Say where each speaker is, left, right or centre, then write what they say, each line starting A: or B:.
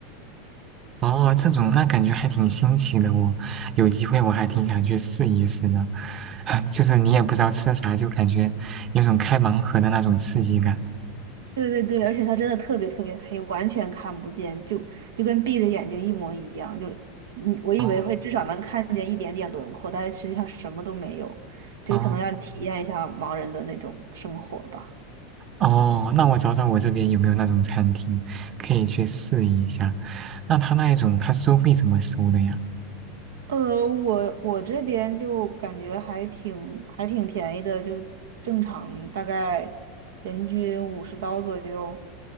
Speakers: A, on the right (about 35°); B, on the right (about 85°).
A: 哦这种那感觉还挺新奇的哦。有机会我还挺想去试一试的。<laughs> 就是你也不知道吃啥，就感觉有种开盲盒的那种刺激感。
B: 对对对，而且它真的特别特别黑，完全看不见，就就跟闭着眼睛一模一样。就嗯，我以为会至少能看见一点点轮廓，
A: 哦
B: 但是实际上什么都没有，就是可能要体验一下盲人的那种生活吧。
A: 哦哦，那我找找我这边有没有那种餐厅可以去试一下。那他那一种他收费怎么收的呀？
B: 呃，我我这边就感觉还挺还挺便宜的，就正常大概人均五十刀左右。